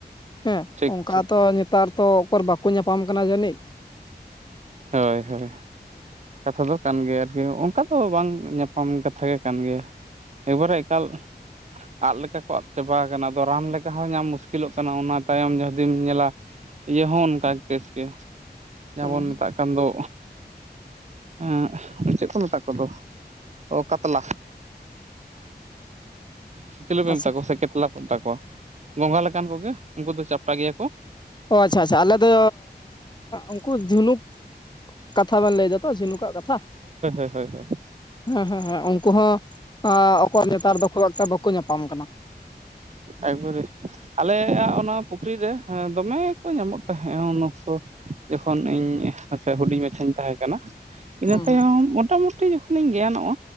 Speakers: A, on the left; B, on the right.
A: ᱦᱮᱸ
B: ᱴᱷᱤᱠ
A: ᱚᱱᱠᱟ
B: ᱴᱷᱤᱠ
A: ᱛᱚ ᱱᱮᱛᱟᱨ ᱛᱚ ᱚᱠᱚᱨ ᱵᱟᱠᱚ ᱧᱟᱯᱟᱢ ᱠᱟᱱᱟ ᱡᱟᱹᱱᱤᱡ ᱾
B: ᱦᱳᱭ ᱦᱳᱭ ᱾ ᱠᱟᱛᱷᱟ ᱫᱚ ᱠᱟᱱ ᱜᱮᱭᱟ ᱟᱨᱠᱤ ᱚᱱᱠᱟ ᱫᱚ ᱵᱟᱝ ᱧᱟᱯᱟᱢ ᱠᱟᱛᱷᱟ ᱜᱮ ᱠᱟᱱ ᱜᱮᱭᱟ ᱾ ᱮᱠᱵᱟᱨᱮ ᱮᱠᱟᱞ ᱟᱫ ᱞᱮᱠᱟ ᱠᱚ ᱟᱫ ᱪᱟᱵᱟ ᱟᱠᱟᱱᱟ ᱟᱫᱚ ᱨᱟᱱ ᱞᱮᱠᱟ ᱦᱚᱸ ᱧᱟᱢ ᱢᱩᱥᱠᱤᱞᱚᱜ ᱠᱟᱱᱟ ᱚᱱᱟ ᱛᱟᱭᱚᱢ ᱡᱩᱫᱤᱢ ᱧᱮᱞᱟ ᱤᱭᱟᱹ ᱦᱚᱸ ᱚᱱᱠᱟ ᱠᱮᱥ ᱜᱮ ᱡᱟᱦᱟᱸ
A: ᱦᱩᱸ
B: ᱵᱚᱱ ᱢᱮᱛᱟᱜ ᱠᱟᱱ ᱫᱚ ᱮᱸᱦ ᱪᱮᱫ ᱠᱚ ᱢᱮᱛᱟ ᱠᱚᱫᱚ ᱚ ᱠᱟᱛᱞᱟ ᱾ <inaudible> ᱪᱤᱞᱤ ᱯᱮ
A: ᱟᱪᱪᱷᱟ
B: ᱢᱮᱛᱟ ᱠᱚᱣᱟ ᱥᱮ ᱠᱮᱛᱞᱟ ᱯᱮ ᱢᱮᱛᱟ ᱠᱚᱣᱟ ᱜᱚᱝᱜᱷᱟ ᱞᱮᱠᱟᱱ ᱠᱚᱜᱮ ᱩᱱᱠᱩ ᱫᱚ ᱪᱟᱯᱴᱟ ᱜᱮᱭᱟ ᱠᱚ ᱾
A: ᱚ ᱟᱪᱪᱷᱟ ᱟᱪᱪᱷᱟ ᱟᱞᱮ ᱫᱚ ᱩᱱᱠᱩ ᱡᱷᱤᱱᱩᱠ ᱠᱟᱛᱷᱟ ᱵᱮᱱ ᱞᱟᱹᱭ ᱫᱟ ᱛᱚ ᱡᱷᱤᱱᱩᱠᱟᱜ ᱠᱟᱛᱷᱟ ᱾
B: ᱦᱚᱭ ᱦᱚᱭ ᱦᱚᱭ ᱾
A: ᱦᱮᱸ ᱦᱮᱸ ᱦᱮᱸ ᱩᱱᱠᱩ ᱦᱚᱸ ᱟᱠᱚᱣᱟᱜ ᱱᱮᱛᱟᱨ ᱫᱚ ᱠᱷᱩᱵᱽ ᱮᱠᱴᱟ ᱵᱟᱠᱚ ᱧᱟᱯᱟᱢ ᱠᱟᱱᱟ ᱾
B: ᱮᱠᱵᱟᱨᱮ ᱟᱞᱮᱭᱟᱜ ᱚᱱᱟ ᱯᱩᱠᱷᱨᱤ ᱨᱮ ᱫᱚᱢᱮ ᱠᱚ ᱧᱟᱢᱚᱜ ᱛᱟᱦᱮᱸᱜ ᱩᱱ ᱚᱠᱛᱚ ᱾ ᱡᱚᱠᱷᱚᱱ ᱤᱧ <unintelligible> ᱦᱩᱰᱤᱧ ᱢᱟᱪᱷᱟᱧ ᱛᱟᱦᱮᱸ ᱠᱟᱱᱟ ᱤᱱᱟᱹ
A: ᱦᱩᱸ
B: ᱛᱟᱭᱚᱢ
A: ᱦᱩᱸ
B: ᱢᱚᱴᱟᱢᱩ ᱴᱤ ᱡᱚᱠᱷᱚᱱᱤᱧ ᱜᱮᱭᱟᱱᱚᱜᱼᱟ